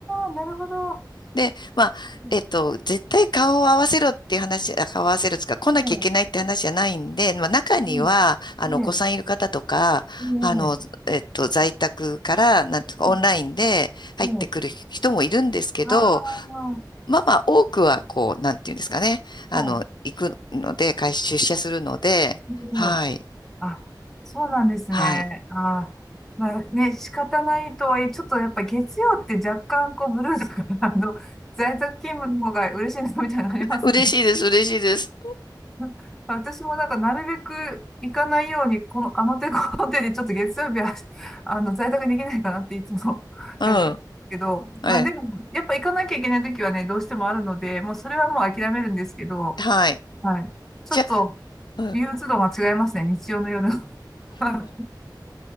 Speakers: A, in the centre; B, on the left.
A: あ、なるほど。
B: で、まあ、
A: うん
B: えっと、絶対顔を合わせろっていう話、あ顔を合わせるつか、来なきゃいけないって話じゃないんで、
A: ねえ、
B: まあ、中には、
A: うん
B: あの、
A: ね
B: お子さんいる方とか、
A: え、ね
B: あの、えっと、在宅から、なんとか、
A: え、
B: オンラインで入ってくる人もいるんですけど、
A: ねえ、ねえ、ああ、
B: まあまあ、多くは、こう、なんていうんですかね、あの、
A: は
B: 行くので、会出社するので、
A: い、ねえ、
B: はい、
A: あ、そうなんですね。
B: はい。
A: ああ、まあね、仕方ないとはいえ、ちょっとやっぱ月曜って若干こうブルーだから、あの、在宅勤務の方が嬉しいなみたいなのあります
B: 嬉しいです、嬉しいです。
A: <laughs> 私もなんか、なるべく行かないように、この、あの手この手で、ちょっと月曜日は、あの、在宅できないかなっていつも <laughs>
B: うん。
A: やってるけど、
B: ええ。
A: まあでも、やっぱ行かなきゃいけない時はね、どうしてもあるので、もうそれはもう諦めるんですけど、
B: はい。
A: はい。ちょっと、
B: じゃあ、うん、
A: 憂鬱度が違いますね、日曜の夜。<laughs> は